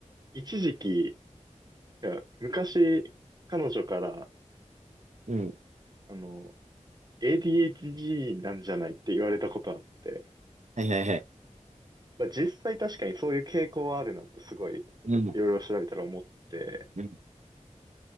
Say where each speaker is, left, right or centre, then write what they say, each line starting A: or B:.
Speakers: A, on the right (about 35°); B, on the right (about 70°).
A: 一時期、いや、昔、彼女から、
B: うん、
A: あの、ADHD なんじゃないって言われたことあって、
B: はいはいはい。
A: まあ、実際確かにそういう傾向はあるなってすごいいろいろ調べたら思って、
B: うん。うん。